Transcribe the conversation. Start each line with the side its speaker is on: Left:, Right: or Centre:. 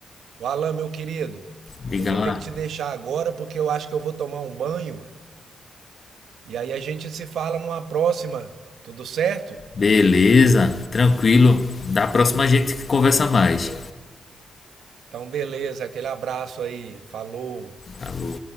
Right: O Alan, meu querido,
Left: Liga
Right: eu vou
Left: lá.
Right: ter que te deixar agora porque eu acho que eu vou tomar um banho e aí a gente se fala numa próxima, tudo certo?
Left: Beleza, tranquilo. Da próxima a gente conversa mais.
Right: Então, beleza, aquele abraço aí, falou.
Left: Falou.